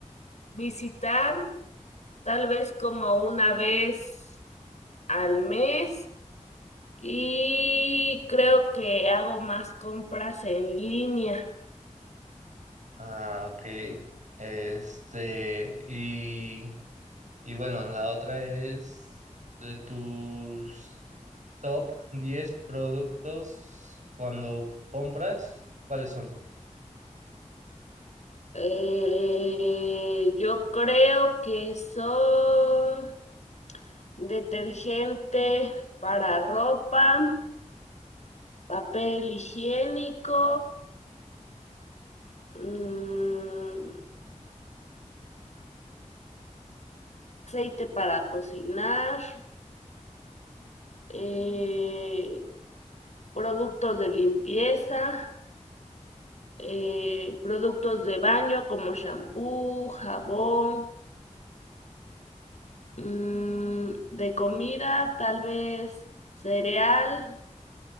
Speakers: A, on the left (about 60°); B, on the right (about 70°).
A: visitar tal vez como una vez al mes y creo que hago más compras en línea.
B: Ah, ok. Este, y, y bueno, la otra es de tus top 10 productos cuando compras, ¿cuáles son?
A: Eh, yo creo que son detergente para ropa, papel higiénico. mm, aceite para cocinar, eh, productos de limpieza, eh, productos de baño como shampoo, jabón, mm, de comida, tal vez cereal,